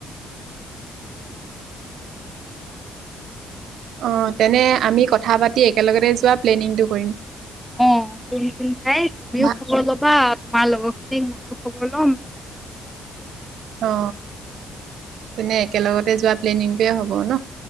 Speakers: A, in the centre; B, on the right.
A: তাকে
B: অ তেনে আমি কথা পাতি একেলগতে যোৱা প্লেনিংটো কৰিম
A: অ কোন কোন যায় তুমিও
B: ভা
A: খবৰ ল'বা তোমাৰ লগৰখিনিক মইয়ো খবৰ ল'ম
B: অ তেনে একেলগতে যোৱা প্লেনিংটোৱে হ'ব ন